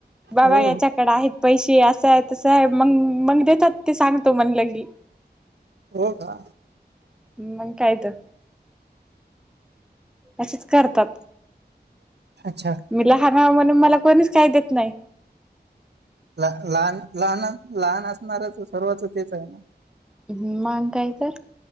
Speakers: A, in the centre; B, on the right.
A: बाबा
B: हो
A: याच्याकडे आहेत. पैशे असं आहे तसं आहे मंग मंग देतात ते सांगतो म्हण लगी.
B: हो का?
A: मंग काय तर अशेच करतात
B: अच्छा
A: मी लहान हाय म्हणून मला कोणीच काही देत नाही.
B: लहान लहान लहान, असणारच सर्वात तेच आहे ना.
A: हम्म.. मग काय तर,